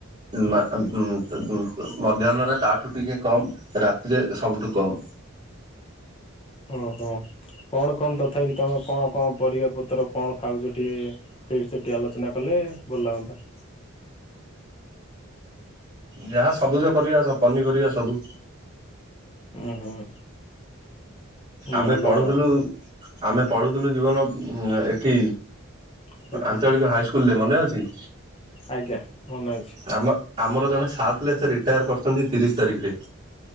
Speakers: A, on the right (about 35°); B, on the left (about 25°).
A: ମଧ୍ୟାହ୍ନରେ ତାଠୁ ଟିକେ କମ୍ ରାତି ରାତିରେ ସବୁଠୁ କମ୍।
B: ଓହୋ କଣ କଣ ତଥାପି ତମେ କଣ କଣ ପରିବା ପତ୍ର କଣ ଖାଉଛ। ଟିକେ ସେ ବିଷୟରେ ଟିକେ ଆଲୋଚନା କଲେ ଭଲ ହୁଅନ୍ତା।
A: ଯାହା ସବୁଜ ପରିବା ପନିପରିବା ସବୁ
B: ହୁଁ ହୁଁ।
A: ଆମେ
B: ଭଲ
A: ପଢୁଥିଲୁ
B: ଆଉ
A: ଆମେ ପଢୁଥିଲୁ ଜୀବନ ଏଠି
B: କୋଉଠି
A: ଆଞ୍ଚଳିକ ହାଇସ୍କୁଲରେ ମନେ ଅଛି?
B: ଆଜ୍ଞା ମନେଅଛି।
A: ଆମ ଆମର ଜଣେ ସାଥ ଲେଚର ରିଟାୟାର କରିଛନ୍ତି ତିରିଶ ତାରିଖରେ